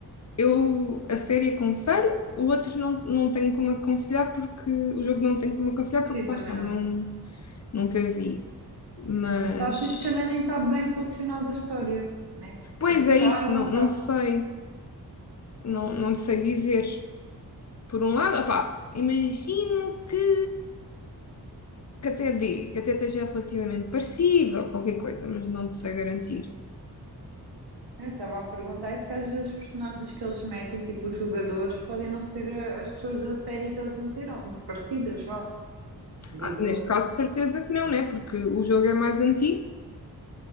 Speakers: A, on the left (about 45°); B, on the right (about 80°).
A: eu a série aconselho, outros não, não tenho como aconselhar porque o jogo não tem como aconselhar
B: Sim,
A: porque
B: também
A: lá está,
B: não,
A: não, nunca vi. Mas,
B: não sabes e se calhar nem está bem relacionado à história, né?
A: pois
B: Tipo,
A: é
B: está
A: isso,
B: e não
A: não,
B: está.
A: não sei, não, não sei dizer. Por um lado, opá, imagino que, que até dê, que até esteja relativamente parecido ou qualquer coisa, mas não te sei garantir.
B: Eu estava a perguntar isso que às vezes os personagens que eles metem, tipo os jogadores, podem não ser eh, as pessoas da série que eles meteram, parecidas, vá, digo
A: Ah, neste caso, certeza que não,
B: eu.
A: né? Porque o jogo é mais antigo.